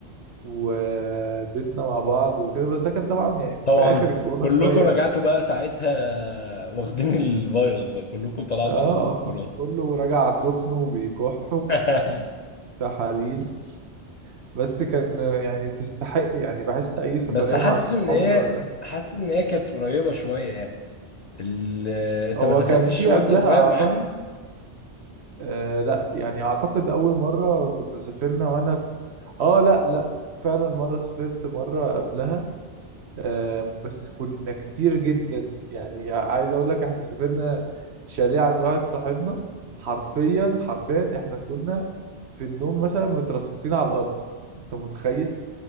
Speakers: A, on the right (about 70°); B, on the left (about 50°).
A: وبيتنا مع بعض وكده بس ده كان طبعا يعني
B: طبعا
A: في اخر الكورونا
B: كلكم
A: شوية
B: رجعتوا
A: يعني
B: بقى ساعتها واخدين <laughs> الفيروس بقى كلكم طلعتوا
A: اه
B: عندكم كورونا
A: كله راجع سخن وبيكح
B: <laughs>
A: وتحاليل بس كان يعني تستحق يعني بحس اي سفرية
B: بس حاسس
A: مع الصحاب
B: إن هي
A: او لا
B: حاسس إن هي كانت قريبة شوية يعني ال... آه، أنت
A: هو
B: ما سافرتش
A: كان في
B: وأنت
A: قبلها
B: صغير
A: اعتقد
B: معاهم؟
A: آه لا يعني اعتقد اول مرة كنا سافرنا وانا في اه لا لا فعلا مرة سافرت مرة قبلها آه، بس كنا كتير جدا يعني عايز اقول لك احنا سافرنا شاليه عند واحد صاحبنا حرفيا حرفيا احنا كنا في النوم مثلا مترصصين على الارض انت متخيل